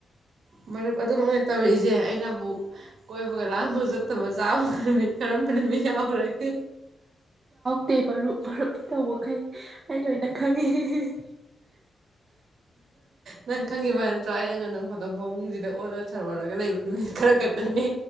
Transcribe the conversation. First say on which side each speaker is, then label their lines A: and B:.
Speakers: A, on the right; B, on the right.
A: ꯃꯔꯨꯞ ꯑꯗꯨꯃꯛꯅ ꯇꯧꯔꯤꯁꯦ ꯑꯩꯅꯕꯨ ꯀꯣꯏꯕꯒ ꯂꯥꯡꯕꯒ ꯆꯠꯇꯕ ꯆꯥꯕꯒ ꯅꯨꯃꯤꯠ ꯀꯔꯝꯕ ꯅꯨꯃꯤꯠ ꯌꯥꯎꯔꯒꯦ
B: ꯇꯦ ꯃꯔꯨꯞ ꯃꯔꯨ ꯇꯧꯕꯈꯩ ꯑꯩ ꯂꯣꯏꯅ ꯈꯪꯉꯦ
A: ꯅꯪ ꯈꯪꯉꯤꯕ ꯅꯠꯇ꯭ꯔꯣ ꯑꯩꯉꯟ ꯅꯪ ꯐꯃꯨꯡꯁꯤꯗ ꯑꯣꯜꯂꯒ ꯊꯔ ꯑꯣꯜꯂꯒ ꯂꯩꯕ ꯅꯨꯃꯤꯠ ꯈꯔ ꯈꯛꯇꯅꯦ